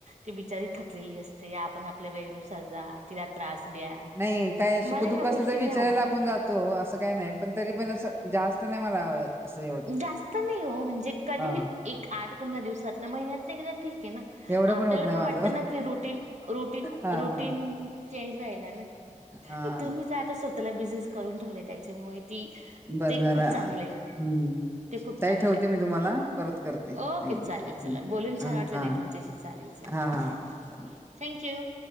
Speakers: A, on the right; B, on the right.
A: ती बिचारी थकलेली असते आपण आपल्या वेळेनुसार जा ती तिला त्रास द्या
B: नाही काय सुखदुःख
A: मला या
B: असलं
A: गोष्टी
B: तर विचारायला
A: नाही आवडत
B: आपण जातो असं काही नाही पण तरी पण असं जास्त नाही मला असं हे होत
A: जास्त नई ओ म्हणजे कधी
B: हा
A: एक आठ पंधरा दिवसांतना महि घरातल्या घरात ठिक आहे ना
B: एवढं
A: आपल्याला
B: होत नाही
A: पण
B: माझं
A: वाटत ना की रूटीन रूटीन
B: हा
A: रूटीन
B: हा
A: चेंजवायलाना
B: हा
A: तुम्हीच आता स्वतःला बिझीज करून ठेवले त्याच्यामुळे ती
B: बरं
A: ते
B: झालं
A: खूप चांगलाय
B: हम्म
A: ते खूप
B: ताई
A: चांगलेत
B: ठेवते मी तुम्हाला परत करते एकदा
A: ओके चालेल. चला बोलुन छान
B: हा
A: वाटलं
B: हा
A: ताई तुमच्याशी चालेल चला
B: हा हा
A: थँक्यू.